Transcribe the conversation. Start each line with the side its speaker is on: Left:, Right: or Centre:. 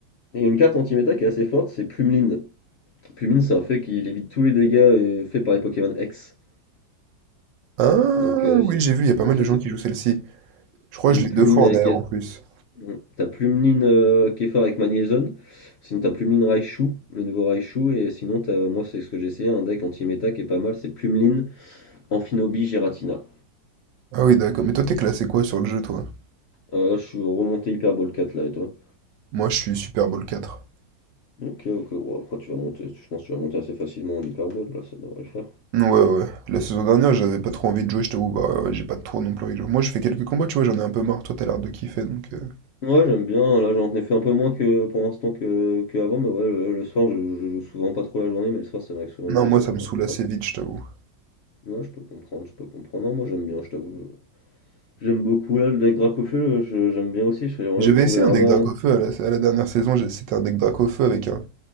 Left: il y a une carte anti-méta qui est assez forte, c'est Plumeline. Plumeline, c'est un fait qui évite tous les dégâts euh, faits par les Pokémon X.
Right: Ah
Left: Donc, euh,
Right: oui, j'ai vu, il y a pas
Left: donc
Right: mal de
Left: ça,
Right: gens
Left: c'est
Right: qui jouent celle-ci. Je crois que je l'ai
Left: Plumeline
Right: deux fois en
Left: avec
Right: air en plus.
Left: Mm. T'as Plumlin euh, qui avec Magnézone, sinon t'as Plumlin Raichu, le nouveau Raichu, et sinon t'as, moi c'est ce que j'ai essayé, un deck anti-méta qui est pas mal, c'est Plumlin, Amphinobi, Giratina.
Right: Ah oui, d'accord. Mais toi, t'es classé quoi sur le jeu, toi?
Left: Euh, là je suis remonté Hyperball 4 là et toi?
Right: Moi, je suis Super Bowl quatre
Left: Ok, ok, bon, après tu vas monter, je pense que tu vas monter assez facilement en Hyperball, là ça devrait le faire.
Right: Ouais, ouais. La saison dernière, j'avais pas trop envie de jouer, je t'avoue. Bah, ouais, j'ai pas trop non plus envie de jouer. Moi, je fais quelques combats, tu vois, j'en ai un peu marre. Toi, t'as l'air de kiffer, donc. euh,
Left: Ouais j'aime bien, là j'en ai fait un peu moins que pour l'instant que, que avant, mais ouais le, le soir je, je joue souvent pas trop la journée, mais le soir ça m'arrive souvent
Right: Non,
Left: de jouer
Right: moi
Left: sur
Right: ça
Left: un,
Right: me saoule assez
Left: un peu.
Right: vite, je t'avoue.
Left: Ouais je peux comprendre, je peux comprendre, non moi j'aime bien, je t'avoue, J'aime beaucoup là, le lac Dracofeu, euh, je- j'aime bien aussi, j'aimerais
Right: J'avais
Left: bien me trouver
Right: essayé
Left: vraiment.
Right: un deck Dracaufeu à la, à la dernière saison, j'ai- c'était un deck Dracaufeu avec un